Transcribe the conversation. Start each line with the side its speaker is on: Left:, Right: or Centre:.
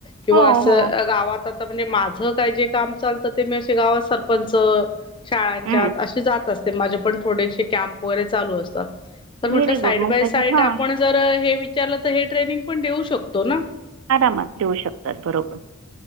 Left: किंवा
Right: हो,
Left: असं
Right: हो.
Left: गावात आता म्हणजे माझं काय जे काम चालतं ते मी असं गावात सरपंच. शाळांच्या
Right: हं.
Left: असे जात असते माझे पण थोडेसे कॅम्प वगैरे चालू असतात. तर म्हटलं
Right: व्हेरी
Left: साईड
Right: गुड. मग
Left: बाय
Right: त्याच्यात
Left: साईड
Right: हां,
Left: आपण जर हे विचारलं तर हे ट्रेनिंग पण देऊ शकतो ना.
Right: आरामात देऊ शकतात बरोबर